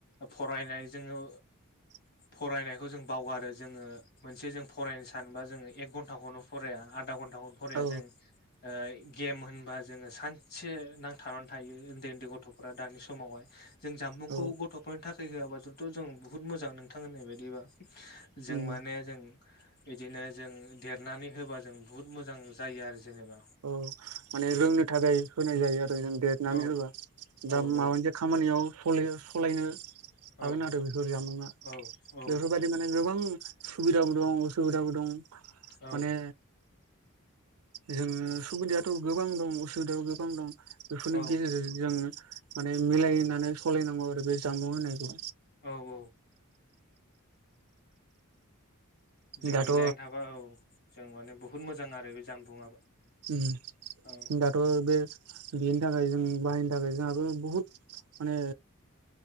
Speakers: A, on the left (about 45°); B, on the right (about 70°).
A: फरायनाय जोङो
B: <inaudible>
A: फरायनायखौ जों बावगारो जोङो मोनसे जों फरायनो सानोबा जोङो एक घन्टाखौनो फराया आर आदा घन्टाखौनो फराया
B: औ
A: जों ओ गेम होन बा जोङो सानसे नांथाबानानै थायो उन्दै उन्दै गथ'फोरा दानि समावहाय जों जामबुंखौ
B: औ
A: गथ'फोरनि थाखाय होआब्ला जथ' जों बुहुत मोजां नोंथां होननाय बायदिबा जों
B: उम
A: माने जों बिदिनो जों देरनानै होबा जों बुहुत मोजां जायो आरो। जेनेबा
B: औ माने रोंनो थाखाय होनाय जायो आरो जों देरनानै
A: औ
B: होबा दा
A: औ
B: माबा
A: औ
B: मोनसे खामानियाव सलिनो सलायनो हागोन
A: औ
B: आरो बेफोर जामुङा
A: औ औ
B: बेफोरबायदि माने गोबां सुबिदाबो दं असुबिदाबो दं
A: औ
B: माने जोङो सुबिदायाथ' गोबां दं, असुबिदाबो गोबां दं बेफोरनि
A: औ
B: गेजेरजों जों माने मिलायनानै सलायनांगौ आरो बे जानबुं होनायखौ
A: औ औ। जों
B: दाथ'
A: मिलायनानै थाबा औ जों माने बुहु द मोजां आरो बे जामबुंआबो।
B: उम
A: औ
B: दाथ' बे बेनि थाखाय जों बाहायनो थाखाय जोंहाबो बहुद माने